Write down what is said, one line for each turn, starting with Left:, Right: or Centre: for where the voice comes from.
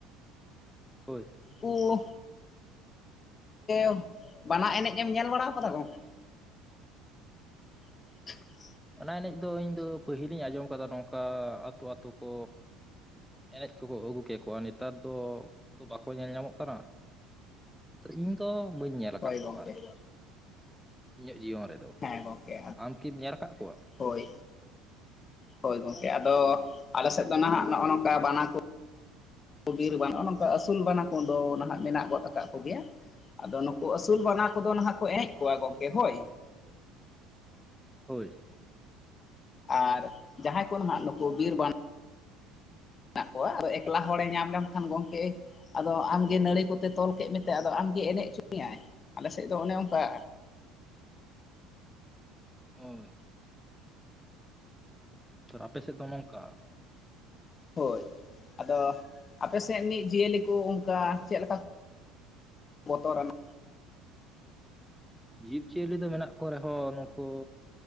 Centre: ᱦᱳᱭ
Left: ᱳᱸᱻ <inaudible> ᱵᱟᱱᱟ ᱮᱱᱮᱡ ᱮᱢ ᱧᱮᱞ ᱵᱟᱲᱟ ᱟᱠᱟᱫᱟ ᱜᱚᱢᱠᱮ, <inaudible>
Centre: ᱚᱱᱟ ᱮᱱᱮᱡ ᱫᱚ ᱤᱧ ᱫᱚ ᱯᱟᱹᱦᱤᱞᱤᱧ ᱟᱸᱡᱚᱢ ᱠᱟᱫᱟ ᱱᱚᱝᱠᱟ ᱟᱹᱛᱩ ᱟᱹᱛᱩ ᱠᱚ, ᱮᱱᱮᱡ ᱠᱚᱠᱚ ᱟᱹᱜᱩ ᱠᱮᱠᱚᱣᱟ ᱱᱮᱛᱟᱨ ᱫᱚ ᱛᱚ ᱵᱟᱠᱚ ᱧᱮᱞ ᱧᱟᱢᱚᱜ ᱠᱟᱱᱟ᱾ ᱤᱧ ᱫᱚ ᱵᱟᱹᱧ ᱧᱮᱞ
Left: ᱦᱳᱭ
Centre: ᱟᱠᱟᱫ
Left: ᱜᱚᱝᱠᱮ
Centre: ᱠᱚᱣᱟ ᱟᱨᱠᱤ ᱤᱧᱟᱹᱜ ᱡᱤᱭᱚᱱ ᱨᱮᱫᱚ,
Left: ᱦᱮᱸ ᱜᱚᱢᱠᱮ
Centre: ᱟᱢᱠᱤᱢ ᱧᱮᱞ ᱟᱠᱟᱫ ᱠᱚᱣᱟ
Left: ᱦᱳᱭ ᱦᱳᱭ ᱜᱚᱢᱠᱮ ᱟᱫᱚ ᱟᱞᱮ ᱥᱮᱫ ᱫᱚ ᱱᱟᱦᱟᱜ ᱱᱚᱜᱼᱚ ᱱᱚᱝᱠᱟ ᱵᱟᱱᱟ ᱠᱚ ᱵᱤᱨ ᱵᱟᱱ ᱱᱚ ᱱᱚᱝᱠᱟ ᱟᱹᱥᱩᱞ ᱵᱟᱱᱟ ᱠᱚᱫᱚ ᱱᱟᱦᱟᱜ ᱢᱮᱱᱟᱜ ᱜᱚᱫ ᱟᱠᱟᱫ ᱠᱚᱜᱮᱭᱟ ᱟᱫᱚ ᱱᱩᱠᱩ ᱟᱹᱥᱩᱞ ᱵᱟᱱᱟ ᱠᱚᱫᱚ ᱱᱟᱦᱟᱜ ᱠᱚ ᱮᱱᱮᱡ ᱠᱚᱣᱟ ᱜᱚᱝᱠᱮ ᱦᱳᱭ
Centre: ᱦᱳᱭ
Left: ᱟᱨ ᱡᱟᱦᱟᱸᱭ ᱠᱚ ᱦᱟᱸᱜ ᱱᱩᱠᱩ ᱵᱤᱨ ᱵᱟᱱᱟ ᱢᱮᱱᱟᱜ ᱠᱚᱣᱟ ᱟᱫᱚ ᱮᱠᱞᱟ ᱦᱚᱲᱮ ᱧᱟᱢ ᱞᱮᱢᱠᱷᱟᱱ ᱜᱚᱝᱠᱮ ᱟᱫᱚ ᱟᱢᱜᱮ ᱱᱟᱹᱲᱤ ᱠᱚᱛᱮ ᱛᱚᱞ ᱠᱮᱫ ᱢᱮᱛᱮ ᱟᱫᱚ ᱟᱢᱜᱮ ᱮᱱᱮᱡ ᱦᱚᱪᱚ ᱢᱮᱭᱟᱭ ᱟᱞᱮᱥᱮᱫ ᱫᱚ ᱚᱱᱮ ᱚᱱᱠᱟ,
Centre: ᱦᱳᱭ ᱟᱯᱮ ᱥᱮᱫ ᱫᱚ ᱱᱚᱝᱠᱟ
Left: ᱦᱳᱭ ᱟᱫᱚ ᱟᱯᱮ ᱥᱮᱫ ᱨᱮᱱᱤᱡ ᱡᱤᱭᱟᱹᱞᱤ ᱠᱚ ᱚᱱᱠᱟ ᱪᱮᱫᱞᱮᱠᱟ ᱵᱚᱛᱚᱨᱟ ᱱᱟᱜ
Centre: ᱡᱤᱵᱽ ᱡᱤᱭᱟᱹᱞᱤ ᱫᱚ ᱢᱮᱱᱟᱜ ᱠᱚ ᱨᱮᱦᱚᱸ ᱱᱩᱠᱩ